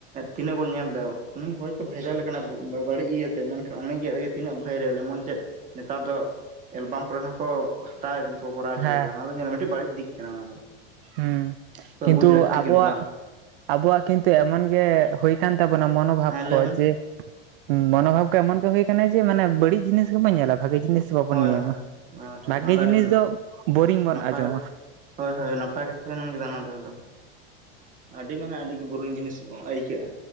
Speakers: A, on the right; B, on the right.
A: ᱛᱤᱱᱟᱹᱜ ᱵᱚᱱ ᱧᱮᱞ ᱮᱫᱟ ᱩᱱᱤ ᱦᱚᱭᱛᱳ ᱵᱷᱟᱭᱨᱟᱞ ᱟᱠᱟᱱᱟ ᱵᱟᱹᱲᱤᱡ ᱤᱭᱟᱹᱛᱮ ᱢᱮᱱᱠᱷᱟᱱ ᱩᱱᱤᱜᱮ ᱛᱤᱱᱟᱹᱜ ᱵᱷᱟᱹᱭᱨᱟᱞ ᱮᱢᱚᱱ ᱪᱮᱫ ᱱᱮᱛᱟᱨ ᱫᱚ ᱮᱞᱵᱟᱢ ᱠᱚᱨᱮ ᱦᱚᱸᱠᱚ ᱦᱟᱛᱟᱣ ᱠᱟᱱᱟ ᱥᱮᱠᱚ ᱠᱚᱨᱟᱣᱪᱚᱭᱮ
B: ᱦᱮᱸ
A: ᱠᱟᱱᱟ ᱚᱱᱟ ᱫᱚ ᱧᱮᱞᱟ ᱢᱤᱫᱴᱤᱡ ᱵᱟᱹᱲᱤᱡ ᱫᱤᱠ ᱠᱟᱱᱟ ᱚᱱᱟ ᱫᱚ
B: ᱦᱩᱸ ᱠᱤᱱᱛᱩ
A: ᱵᱩᱡᱽ ᱞᱟᱹᱠᱛᱤ
B: ᱟᱵᱚᱣᱟᱜ
A: ᱠᱟᱱᱟ ᱵᱟᱝ
B: ᱟᱵᱚᱣᱟᱜ ᱠᱤᱱᱛᱩ ᱮᱢᱚᱱ ᱜᱮ ᱦᱩᱭ ᱠᱟᱱ ᱛᱟᱵᱚᱱᱟ ᱢᱚᱱᱳᱵᱷᱟᱵ
A: ᱦᱮᱸ
B: ᱠᱚ
A: ᱞᱟᱹᱭ ᱵᱮᱱ
B: ᱡᱮ ᱢᱚᱱᱳᱵᱷᱟᱵ ᱠᱚ ᱮᱢᱚᱱ ᱜᱮ ᱦᱩᱭ ᱟᱠᱟᱱᱟ ᱡᱮ ᱢᱟᱱᱮ ᱵᱟᱲᱤᱡ ᱡᱤᱱᱤᱥ ᱜᱮᱵᱚᱱ ᱧᱮᱞᱟ ᱵᱷᱟᱹᱜᱤ ᱡᱤᱱᱤᱥ ᱵᱟᱵᱚᱱ
A: ᱦᱳᱭ
B: ᱧᱟᱢᱟ
A: ᱦᱳᱭ ᱴᱷᱤᱠ
B: ᱵᱷᱟᱹᱜᱤ
A: ᱚᱱᱟ
B: ᱡᱤᱱᱤᱥ
A: ᱟᱹᱰᱤ
B: ᱫᱚ ᱵᱳᱨᱤᱝ ᱵᱚᱱ
A: ᱱᱟᱯᱟᱭ
B: ᱟᱸᱡᱚᱢᱟ
A: ᱠᱟᱛᱷᱟ ᱦᱳᱭ ᱦᱳᱭ ᱱᱟᱯᱟᱭ ᱠᱟᱛᱷᱟ ᱵᱮᱱ ᱢᱮᱱ ᱠᱮᱫᱟ ᱚᱱᱟ ᱫᱚ ᱮᱠᱫᱚᱢ ᱟᱹᱰᱤ ᱢᱟᱱᱮ ᱟᱹᱰᱤ ᱜᱮ ᱵᱳᱨᱤᱝ ᱡᱤᱱᱤᱥ ᱟᱹᱭᱠᱟᱹᱜᱼᱟ